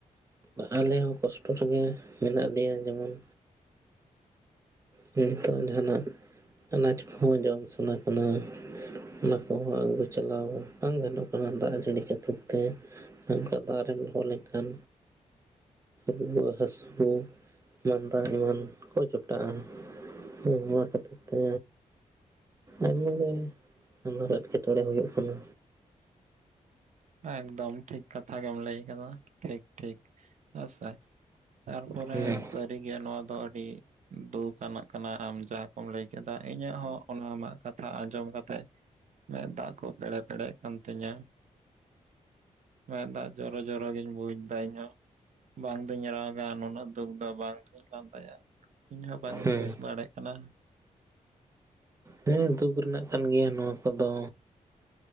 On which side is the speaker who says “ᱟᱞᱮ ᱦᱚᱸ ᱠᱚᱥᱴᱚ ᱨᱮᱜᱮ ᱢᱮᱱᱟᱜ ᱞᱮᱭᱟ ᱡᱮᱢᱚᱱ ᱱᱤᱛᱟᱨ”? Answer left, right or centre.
Right